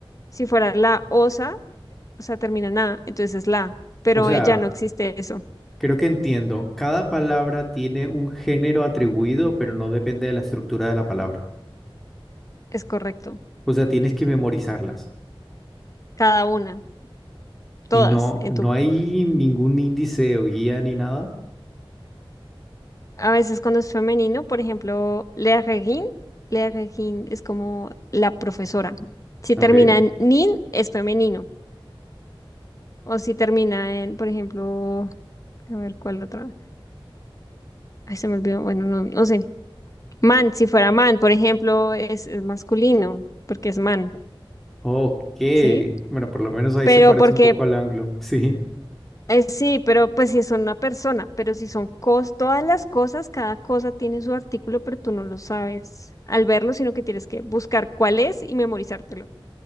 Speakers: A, on the left; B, in the centre.
A: Si fuera la osa, o sea, termina en a, entonces es la. Pero
B: O sea,
A: eh, ya no existe eso.
B: creo que entiendo. Cada palabra tiene un género atribuido, pero no depende de la estructura de la palabra.
A: Es correcto.
B: O sea, tienes que memorizarlas.
A: Cada una, todas.
B: Y no,
A: En
B: no
A: tu...
B: hay ningún índice o guía ni nada.
A: A veces cuando es femenino, por ejemplo, la regin, la regin es como la profesora. Si
B: Ok.
A: termina en nin, es femenino. O si termina en, por ejemplo, a ver, ¿cuál otra? Ay, se me olvidó. Bueno, no, no sé. Man, si fuera man, por ejemplo, es, es masculino, porque es man,
B: Ok,
A: ¿sí?
B: bueno, por lo menos ahí
A: Pero
B: se parece
A: porque,
B: un poco al anglo, <laughs> sí.
A: eh, sí, pero pues si son una persona, pero si son cos, todas las cosas, cada cosa tiene su artículo, pero tú no lo sabes al verlo, sino que tienes que buscar cuál es y memorizártelo.